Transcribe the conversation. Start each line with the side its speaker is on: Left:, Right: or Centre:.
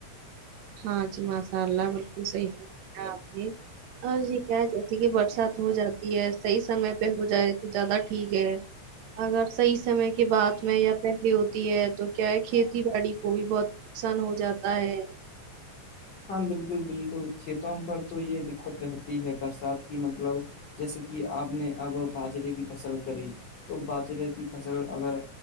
Right: ہاں جی ماشاء اللہ بالکل صحیح فک ہے آپ نے اور یہ کیا ہے جیسے کہ برسات ہو جاتی ہے صحیح سمے پہ ہو جائے تو زیادہ ٹھیک ہے اگر صحیح سمے کی بعات میں یا پہلے ہوتی ہے تو کیا ہے کھیتی باڑی کو بھی بہت نقصان ہو جاتا ہے
Left: ہاں بالکل بالکل کھیتوں پر تو یہ دقت رہتی ہے برسات کی مطلب جیسے کہ آپ نے اب باجرے کی فصل کری تو باجرے کی فصل اگر